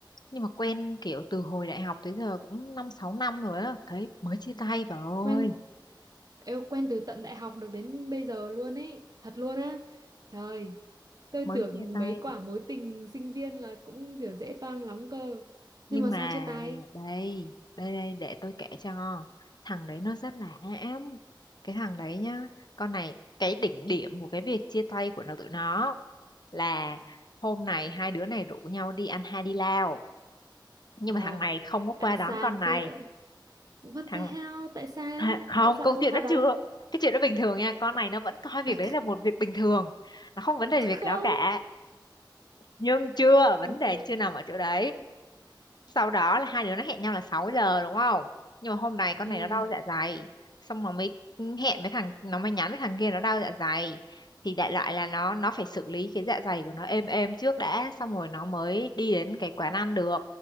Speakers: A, on the left; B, on the right.
A: nhưng mà quen kiểu từ hồi đại học tới giờ cũng năm sáu năm rồi á, cái mới chia tay bà ơi,
B: Quen eo quen từ tận đại học được đến bây giờ luôn ấy, thật luôn á. Trời, tôi
A: mới
B: tưởng
A: chia tay.
B: mấy quả mối tình sinh viên là cũng kiểu dễ toang lắm cơ.
A: nhưng
B: Nhưng mà
A: mà
B: sao chia tay?
A: đây đây đây để tôi kể cho thằng đấy nó rất là hãm cái thằng đấy nhá con này cái đỉnh điểm của cái việc chia tay của nó tụi nó là hôm này hai đứa này rủ nhau đi ăn hai đi lao nhưng
B: Ồ,
A: mà thằng này không có qua
B: ăn
A: đón
B: sang
A: con
B: phết
A: này
B: đấy. What
A: thằng
B: the hell? Tại sao?
A: Hả? không
B: Tại sao
A: câu
B: lại không
A: chuyện
B: qua
A: nó
B: đón?
A: chưa cái chuyện đó bình thường nha con này nó vẫn coi việc
B: À,
A: đấy là một việc bình thường nó không vấn đề
B: <laughs>
A: gì
B: không.
A: việc đó cả nhưng chưa vấn
B: Làm
A: đề
B: sao?
A: chưa nằm ở chỗ đấy sau đó là hai đứa nó hẹn nhau là sáu giờ đúng không nhưng mà hôm nay con
B: Ừ.
A: này nó đau dạ dày xong nó mới hẹn với thằng nó mới nhắn với thằng kia nó đau dạ dày thì đại loại là nó nó phải xử lý cái dạ dày của nó êm êm trước đã xong rồi nó mới đi đến cái quán ăn được